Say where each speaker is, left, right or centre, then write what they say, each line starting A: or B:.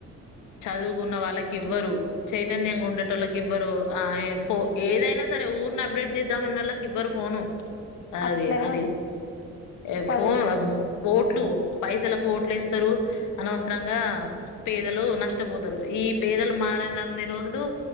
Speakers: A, on the left; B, on the left.
A: చదువుకున్న వాళ్ళకి ఇవ్వరు చైతన్యంగా ఉండేటోళ్ళకి ఇవ్వరు ఆ ఎ పో ఏదైనా సరే ఊరిని అప్డేట్ చేద్దామన్నాళ్ళకి ఇవ్వరు ఫోను అది
B: అట్లనే
A: అది
B: ఉంటది
A: ఏ
B: పదవి
A: ఫోన్ ఓట్లు పైసలకు ఓట్లు వేస్తారు అనవసరంగా పేదలు నష్టపోతారు. ఈ పేదలు మారనన్ని రోజులు